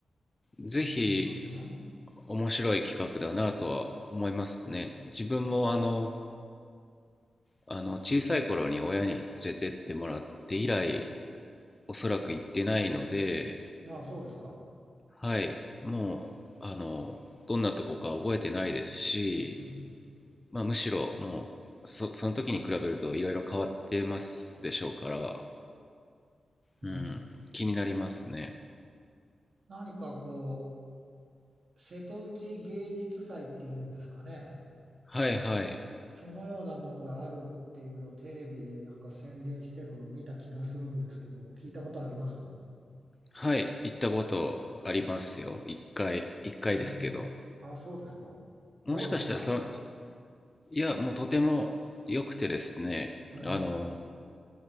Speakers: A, on the left; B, on the right.
A: ぜひ、
B: ってみません
A: 面白い企画だなとは思いますね。自分もあの、あの、小さい頃に親に連れてってもらって以来、おそらく行ってないので、
B: ああそうですか。
A: はい、もう、あの、どんなとこか覚えてないですし、
B: うん。
A: まあ、むしろもう、そ、その時に比べるといろいろ変わってますでしょうから、
B: うん。
A: うん、気になりますね。
B: 何かこう瀬戸内芸術祭っていうんですかね。
A: はい、はい。
B: そのようなものがあるっていうのをテレビでなんか宣伝してるのを見た気がするんですけど、聞いたことあります
A: はい、行ったことありますよ。一回、一回ですけど。
B: うん。あ、そうですか。
A: もしかしたらその、
B: どうでした
A: いや、もうとても良くてですね、
B: はい。
A: あの、